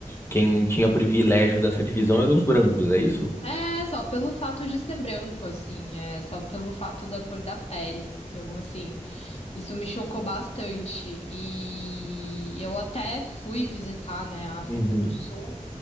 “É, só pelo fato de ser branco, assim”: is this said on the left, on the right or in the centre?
Left